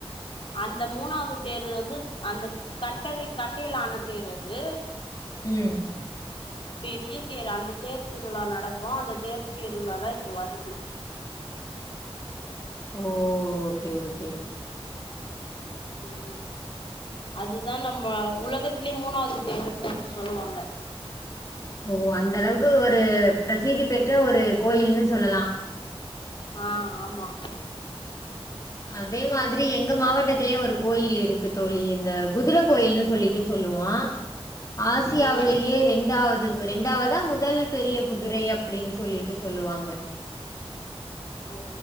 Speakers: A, on the left; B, on the left.
A: அந்த மூணாவ்து தேரு வந்து அந்த கட்டதை கட்டையிலான தேர் அது
B: ம்
A: பெரிய தேர் அந்த தேர் திருவிழா நடக்கு அந்த தேர் திருவிழா தா இப்போ வருது
B: ஓ ஓகே ஓகே
A: ம் அதுதா நம்ம உலகத்திலே மூணாவ்து தேருன் சொல்ட்டு சொல்லுவாங்க
B: ஓ அந்த அளவுக்கு ஒரு பிரசீதி பெற்ற ஒரு கோயில்னு சொல்லலா
A: ஆஹ் ஆமா
B: அதே மாதிரி எங்க மாவட்டத்திலயு ஒரு கோயில் இருக்கு தோழி இந்த குதிர கோயில்னு சொல்லிட்டு சொல்லுவோ ஆசியாவிலேயே
A: ம்
B: ரெண்டாவது ரெண்டாவதா முதல் பெரிய குதிரை அப்டின் சொல்லிட்டு சொல்லுவாங்க
A: ஓ